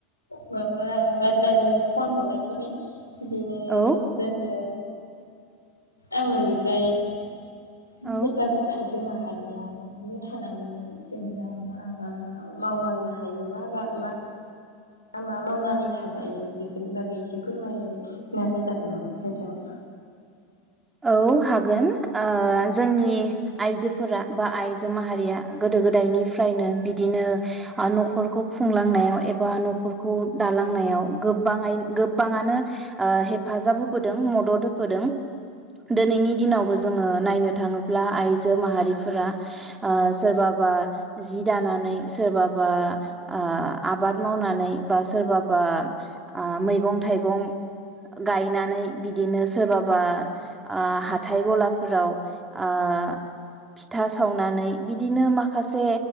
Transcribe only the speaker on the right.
औ
औ
औ हा गोन ओ जोंनि आइजो। फोरा बा आइ जो माहारिया
गोदो गोदायनिफ्रायनो बिदिनो आ न'खरखौ। खुंलांनायाव एबा न'खरखौ दालांनायाव। गोबाङाइ
गोबाङानो। ओह हेफाजाब होबोदों मद <unintelligible> होबोदों दोनैनि दिनावबो जोङो नायनो थाङोब्ला आइजो माहारिफोरा। आ सोरबा बा बा जि दानानै सोरबा बा आह आबाद मावनानै। बा सोरबाबा। आ मैगं थाइगं। गायनानै बिदिनो सोरबा बा बा ओह हाथाइ गलाफोराव आह फिथा सावनानै बिदिनो माखासे